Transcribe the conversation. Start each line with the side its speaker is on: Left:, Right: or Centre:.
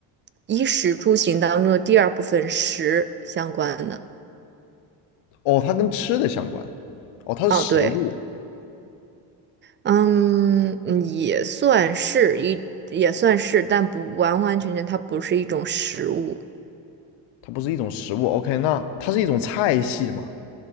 Right: 衣食住行当中的第二部分食相关的。
Left: 哦，它跟吃的相关，哦，它是食物，
Right: 哦，对。嗯，嗯也算是一，也算是，但不完完全全，它不是一种食物，
Left: 它不是一种食物。OK，那它是一种菜系嘛？